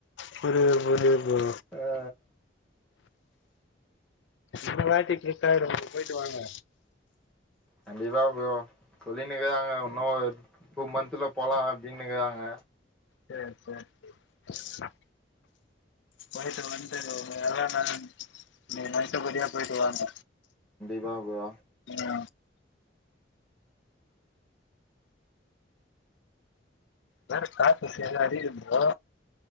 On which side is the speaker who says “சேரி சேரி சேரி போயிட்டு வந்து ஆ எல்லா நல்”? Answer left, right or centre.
Left